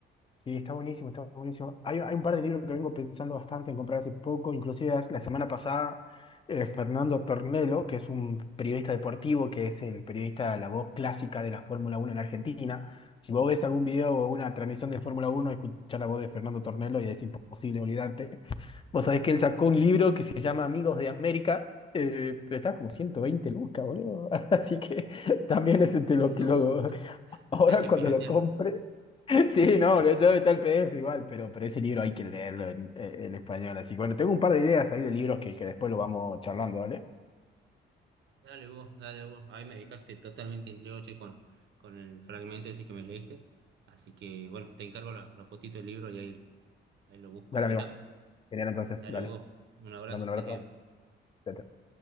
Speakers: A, on the left; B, on the right.
A: Sí, está buenísimo, está buenísimo. Hay, hay un par de libros que vengo pensando bastante en comprar hace poco, inclusive hace- la semana pasada eh, Fernando Tornello, que es un periodista deportivo, que es el periodista, la voz clásica de la Fórmula Uno en Argentina. Si vos ves algún video o una transmisión de Fórmula Uno, escuchar la voz de Fernando Tornello y es imposible olvidarte. Vos sabés que él sacó un libro que se llama Amigos de América, eh, pero está como 120 lucas, boludo. <laughs> Así que también ese te lo
B: No,
A: que lo, Ahora
B: Hay que
A: cuando
B: piratearla.
A: lo compre. <laughs> Sí, no, yo yo
B: Ya,
A: está el PDF igual, pero, pero ese libro hay que leerlo en, eh, en español. Así que bueno, tengo un par de ideas ahí de libros que, que después lo vamos charlando, ¿dale?
B: dale vos, dale vos. Ahí me dejaste totalmente intrigado, che, con, con el fragmento ese que me leíste. Así que, bueno, te encargo la, la fotito del libro y ahí, ahí lo busco.
A: Dale,
B: ¿Metá?
A: amigo. Genial, entonces,
B: Dale
A: dale.
B: vos. Un abrazo,
A: Te Mando
B: que
A: un
B: estés
A: abrazo.
B: bien.
A: Chao, chao.